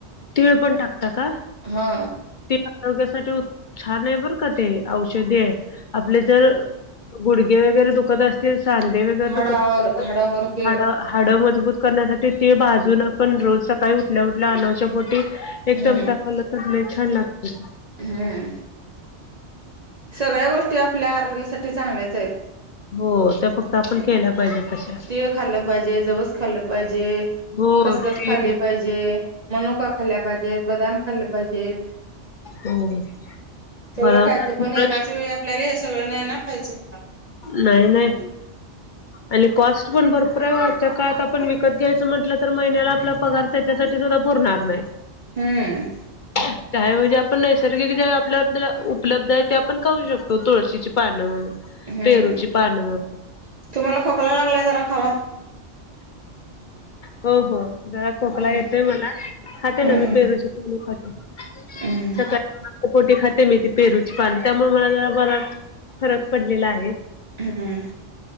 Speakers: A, on the left; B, on the right.
A: तीळ पण टाकता का?
B: हा
A: आरोग्यासाठी छान आहे बर का ते औषधी आहे आपले जर.... गुडगे वगैरे दुखत असतील सांधे वगैरे
B: हाडावर
A: दुखत असतील
B: हाडावर ते
A: हाडा... हाडं मजबूत करण्यासाठी ते भाजून आपण रोज सकाळी उठल्या उठल्या अनुश्यापोटी.... एक
B: हम्म
A: चमचा खाल्ला तर छान लागतो...
B: हम्म.... सगळ्या गोष्टी आपल्या आरोग्यासाठी चांगल्याच आहेत...
A: हो तर फक्त आपण केल्या पाहिजे तशा....
B: तिळ खाल्ल पाहिजे जवस खाल्लं पाहिजे
A: हो
B: खसखस
A: तीळ
B: खाली पाहिजे.... मनुका खाल्ल्या पाहिजेत बदाम खाल्ले पाहिजेत..
A: हो
B: सगळं
A: बरोबर
B: खायचं पण एकाच वेळी आपल्याला हे सगळं नाही ना खायचं होणार...
A: नाही नाही.... आणि कॉस्ट पण भरपूर आहे आजच्या काळात आपण विकत घ्यायचं म्हटलं तर महिन्याला आपला पगार... त्याच्यासाठी सुद्धा पुरणार नाही....
B: हम्म....
A: चहा म्हणजे आपण नैसर्गिक जे आपल्याला उपलब्ध आहे ते आपण खाऊ शकतो तुळशीची... पानं
B: हम्म
A: पेरूची पानं
B: तुम्हाला खोकला लागलाय जरा खावा.
A: हो हो जरा खोकला
B: हम्म
A: येतोय मला. खाते
B: हम्म
A: ना मी पेरूची पान खाते.
B: हम्म
A: सकाळी पोटी खाते मी ती पेरूची पान त्यामुळे मला जरा बरासा फरक पडलेला आहे.
B: हम्म.